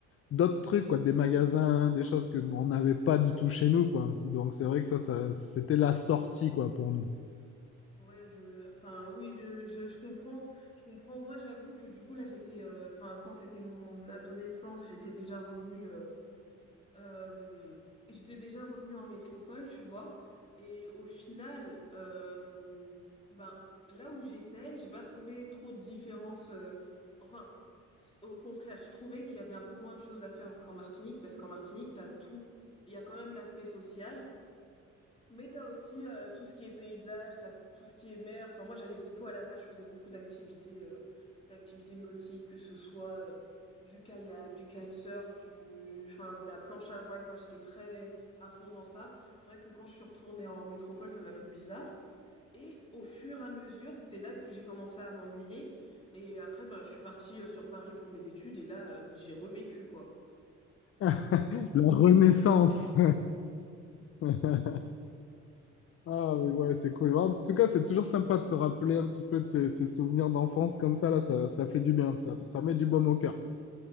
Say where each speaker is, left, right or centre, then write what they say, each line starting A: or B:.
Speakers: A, on the left; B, on the left.
A: d'autres trucs, quoi, des magasins, des choses que nous, on n'avait pas du tout chez nous, quoi. Donc c'est vrai que ça, ça c'était la sortie, quoi, pour nous.
B: Ouais, je, enfin, oui, je, je, je comprends, je comprends. Moi, j'avoue que du coup, là, j'étais, euh, enfin, quand c'était mon adolescence, j'étais déjà revenue. Hem, j'étais déjà revenue en métropole, tu vois? Et au final, hem, ben, là où j'étais, j'ai pas trouvé trop de différence, heu, enfin, c au contraire, je trouvais qu'il y avait un peu moins de choses à faire qu'en Martinique parce qu'en Martinique, t'as tout. Il y a quand même l'aspect social mais t'as aussi, heu, tout ce qui est paysage, t'as tout ce qui est mer. Enfin, moi, j'allais beaucoup à la mer, je faisais beaucoup d'activités, heu, d'activités nautiques, que ce soit, heu, du kayak, du kitesurf, du enfin, de la planche à voile. Moi, j'étais très à fond dans ça. C'est vrai que quand je suis retournée en métropole, ça m'a fait bizarre et au fur et à mesure, c'est là que j'ai commencé à m'ennuyer et après, bah, je suis partie, heu, sur Paris pour mes études et là, heu, j'ai revécu, quoi.
A: <laughs> La renaissance. <laughs> Ah, mais ouais, c'est cool. En tout cas, c'est toujours sympa de se rappeler un petit peu de ces, ces souvenirs d'enfance comme ça, là, ça, ça fait du bien, ça, ça met du baume au cœur.